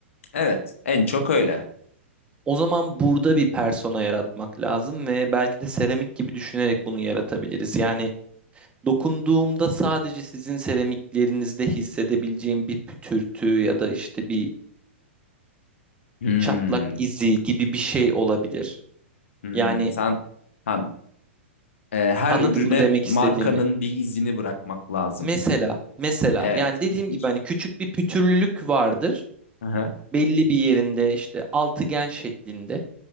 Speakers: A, on the left; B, on the right.
A: Evet, en çok öyle.
B: O zaman burada bir persona yaratmak lazım ve belki de seramik gibi düşünerek bunu yaratabiliriz. Yani Dokunduğumda sadece sizin seramiklerinizde hissedebileceğim bir pütürtü ya da işte bir
A: Hmm,
B: çatlak izi gibi bir şey olabilir.
A: hmm.
B: Yani
A: Sen hem e, her
B: anladın
A: ürüne
B: mı demek
A: markanın
B: istediğimi?
A: bir izini bırakmak lazım.
B: Mesela, mesela
A: Evet,
B: yani dediğim
A: ilginç.
B: gibi hani küçük bir pütürlülük vardır.
A: Hı hı,
B: Belli bir yerinde işte altıgen şeklinde.